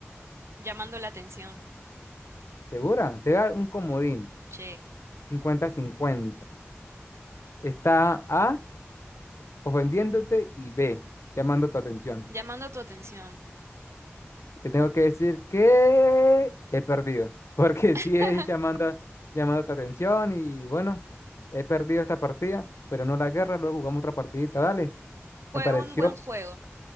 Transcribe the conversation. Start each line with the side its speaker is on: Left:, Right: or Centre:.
Right: Llamando la atención.
Left: ¿Segura? Te da un comodín.
Right: Che,
Left: cincuenta cincuenta Está A. ofendiéndote y B, llamando tu atención.
Right: llamando tu atención.
Left: Te tengo que decir que he perdido, <laughs> porque sí
Right: <laughs>
Left: es llamando, llamando tu atención y bueno, he perdido esta partida, pero no la guerra, luego jugamos otra partidita, dale.
Right: Fue
Left: Me pareció,
Right: un buen juego.